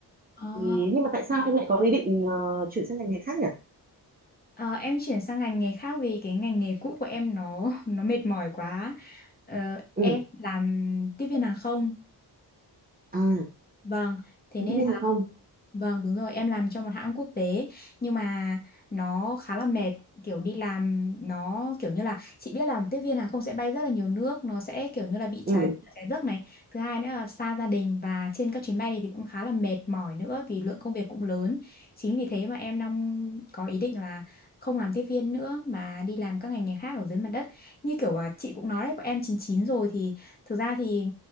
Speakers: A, on the left; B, on the right.
A: Ờ,
B: thì nhưng mà tại sao em lại có ý định ờ, chuyển sang ngành nghề khác nhỉ
A: ờ, em chuyển sang ngành nghề khác vì cái ngành nghề cũ của em nó nó mệt mỏi quá. Ờ,
B: ừ
A: em làm tiếp viên hàng không
B: à
A: Vâng, thế
B: tiếp
A: nên
B: viên
A: là
B: hàng không
A: vâng đúng rồi, em làm cho một hãng quốc tế nhưng mà nó khá là mệt, kiểu đi làm nó kiểu như là chị biết là tiếp viên hàng không sẽ bay rất là nhiều nước, nó sẽ kiểu như là bị
B: ừ
A: trái trái giấc này. Thứ hai nữa là xa gia đình và trên các chuyến bay này thì cũng khá là mệt mỏi nữa vì lượng công việc cũng lớn. Chính vì thế mà em đang có ý định là không làm tiếp viên nữa mà đi làm các ngành nghề khác ở dưới mặt đất. Như kiểu là chị cũng nói đấy, bọn em chín chín rồi thì thực ra thì